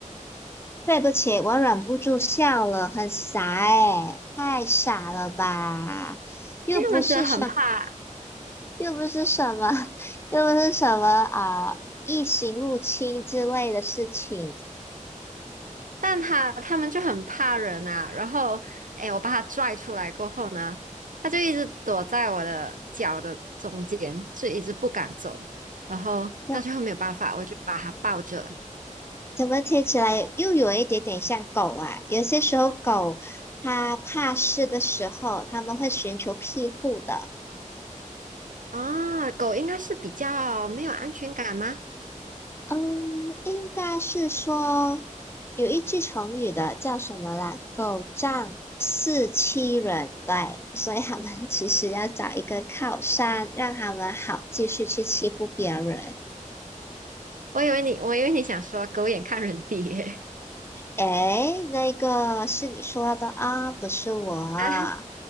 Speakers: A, on the left; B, on the right.
A: 对不起，我忍不住笑了，很傻诶，太傻了吧？又不是什
B: 因为他们真的很怕。
A: 又不是什么，<laughs> 又不是什么啊，异形入侵之类的事情。
B: 但他他们就很怕人啊，然后，哎，我把他拽出来过后呢，他就一直躲在我的脚的中间，就一直不敢走，然后到最后没有办法，
A: 那
B: 我就把它抱着。
A: 怎么听起来又有一点点像狗啊？有些时候狗它怕事的时候，它们会寻求庇护的。
B: 啊，狗应该是比较没有安全感吗？
A: 嗯，应该是说有一句成语的叫什么啦？狗仗势欺人，对，所以他们 <laughs> 其实要找一个靠山，让他们好继续去欺负别人。
B: 我以为你，我以为你想说狗眼看人低耶。
A: 哎，那个是你说的啊，不是我啊
B: <laughs> 啊，